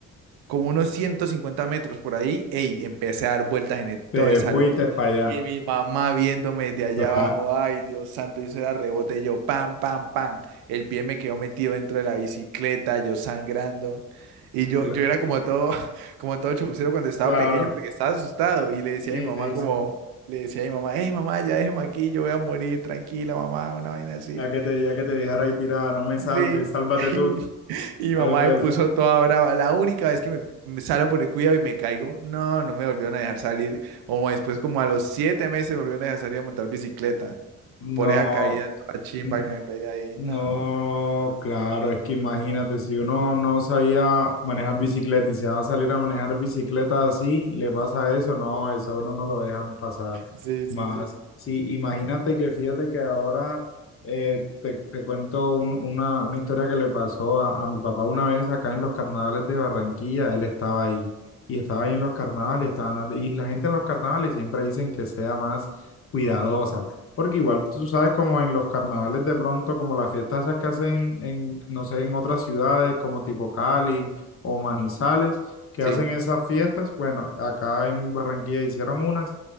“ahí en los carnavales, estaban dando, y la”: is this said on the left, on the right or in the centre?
Left